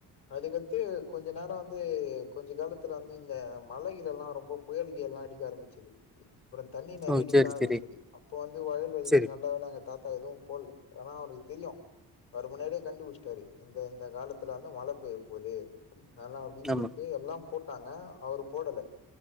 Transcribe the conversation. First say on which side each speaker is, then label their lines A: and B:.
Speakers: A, on the left (about 55°); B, in the centre.
A: அதுக்கத்து கொஞ்ச நேர வந்து கொஞ்ச காலத்துல வந்து இந்த மலகில எல்லா ரொம்ப புயல்கைய எல்லா அடிக்க ஆரம்பிச்சது அப்புறம் தண்ணி நிறைய
B: ஓ!
A: நிக்கா
B: சரி,
A: ஆரம்ச்சது
B: சரி,
A: அப்ப வந்து வயல் வெலச்சு
B: சரி.
A: நல்ல வேல அங்க தாத் தா எதுவு பொல்ல ஏன்னா அவனுக் தெரியு வரு முன்னாடியே கண்டுபிடிச்சிட்டாரு இந்த இந்த காலத்துல வந்து மழ பெய்ய போது நல்லா அப்டின்
B: ஆமா.
A: சொல்ட்டு எல்லாம் போட்டாங்க அவரு போடல